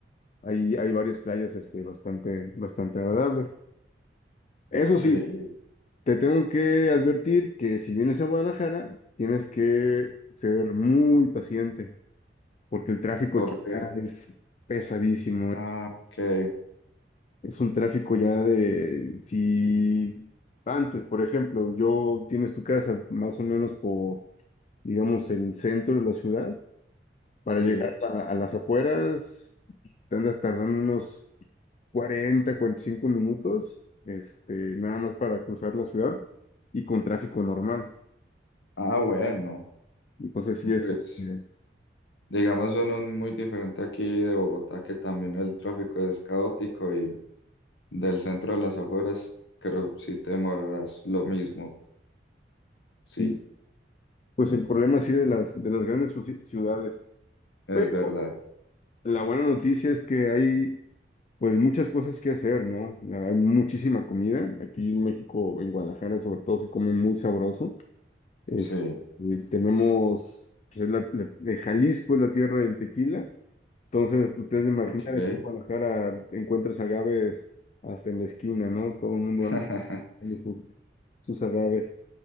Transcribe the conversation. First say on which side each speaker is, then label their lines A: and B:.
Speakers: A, on the left; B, on the left.
A: Hay, hay varias playas este, bastante, bastante agradables. Eso
B: Sí,
A: sí, te tengo que advertir que si vienes a Guadalajara, tienes que ser muy paciente, porque el tráfico
B: ¿por
A: aquí
B: qué?
A: ya es pesadísimo. Es
B: Ah, ok,
A: es un tráfico ya de, si antes, por ejemplo, yo tienes tu casa más o menos por, digamos, el centro de la ciudad, para
B: sí.
A: llegar a, a las afueras, te andas tardando unos cuarenta cuarenta y cinco minutos, este, nada más para cruzar la ciudad y con tráfico normal.
B: Ah, bueno,
A: Entonces sí es,
B: pues
A: este,
B: digamos eso no es muy diferente aquí de Bogotá, que también el tráfico es caótico y del centro a las afueras creo si te demorarás lo mismo. Sí,
A: sí, pues el problema sí de las, de las grandes ci- ciudades.
B: es
A: Pero
B: verdad.
A: la buena noticia es que hay pues muchas cosas que hacer, ¿no? Hay muchísima comida. Aquí en México, en Guadalajara sobre todo, se come muy sabroso. Este,
B: Sí,
A: tenemos, pues, es la- la- de Jalisco es la tierra del tequila. Entonces, pues, ustedes imaginar
B: ok.
A: aquí en Guadalajara encuentras agaves hasta en la esquina, ¿no? Todo el mundo
B: <laughs>
A: anda buscando sus, sus agaves.